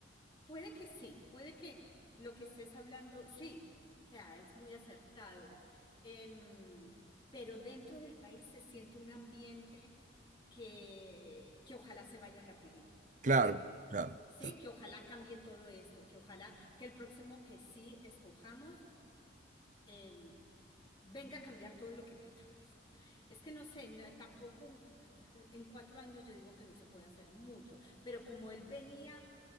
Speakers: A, on the left; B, on the right.
A: puede que sí, puede que lo que estés hablando, sí, o sea, es muy acertado. Em, pero dentro del país se siente un ambiente que, que ojalá se vaya rapidito,
B: claro,
A: ¿sí?
B: claro,
A: Sí,
B: claro,
A: que ojalá cambie todo esto, que ojalá que el próximo que sí escojamos em, venga a cambiar todo lo que Petro <laughs> hizo. Es que no sé, na- tampoco eh, eh, en cuatro años yo digo que no se puede hacer mucho, pero como él venía